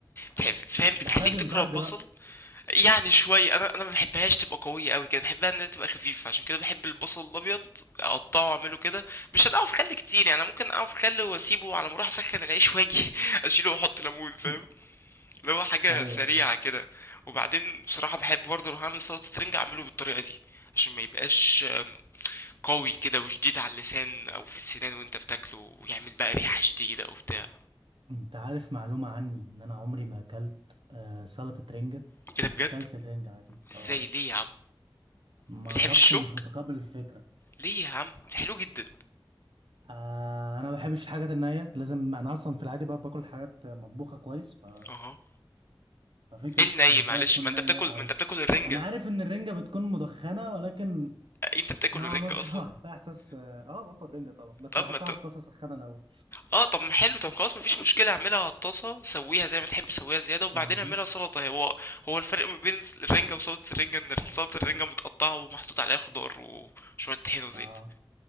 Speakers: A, on the left; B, on the right.
A: بتح- فاهم بتخليك
B: ده علاج
A: تكره
B: للبرد
A: البصل
B: بقى
A: يعني شوية انا انا ما بحبهاش تبقى قوية قوي كده بحبها انها تبقى خفيفة عشان كده بحب البصل الابيض اقطعه واعمله كده مش هنقعه في خل كتير يعني أنا ممكن اقعه في خل واسيبه على ما اروح اسخن العيش واجي <laughs> اشيله واحط ليمون فاهم
B: <laughs>
A: اللي هو حاجة
B: أيوه
A: سريعة
B: أيوه
A: كده وبعدين بصراحة بحب برضه لو هعمل سلطة رنجة اعمله بالطريقة دي عشان ما يبقاش آم، قوي كده وشديد على اللسان او في السنان وانت بتاكله ويعمل بقى ريحة شديدة وبتاع
B: أنت عارف معلومة عني إن أنا عمري ما أكلت آه، سلطة رنجة
A: ايه
B: بس
A: ده بجد
B: أكلت الرنجة عادي
A: ازاي
B: أه
A: ليه يا عم
B: ما
A: بتحبش
B: أعرفش
A: الشوك
B: ومش متقبل الفكرة
A: ليه يا عم ده حلو جدا
B: آه، أنا ما بحبش الحاجات النية لازم أنا أصلا في العادي بقى باكل حاجات مطبوخة كويس ف...
A: اها
B: ففكرة
A: ايه الني
B: إن حاجة
A: معلش
B: تكون
A: ما انت
B: نية
A: بتاكل
B: أو
A: ما انت بتاكل الرنجة
B: أنا عارف إن الرنجة بتكون مدخنة ولكن
A: آه، انت بتاكل
B: نوعا
A: الرنجة
B: ما بتبقى
A: اصلا
B: <laughs> فيها احساس اه آه، باكل رنجة طبعا بس
A: طب
B: بحطها
A: ما انت
B: على الطاسة اسخنها الاول
A: اه طب ما حلو طب خلاص مفيش مشكلة اعملها على الطاسة سويها زي ما تحب سويها زيادة وبعدين
B: امم
A: اعملها سلطة هو هو الفرق ما بين الرنجة وسلطة الرنجة ان سلطة الرنجة متقطعة ومحطوط عليها خضار وشوية طحين وزيت
B: اه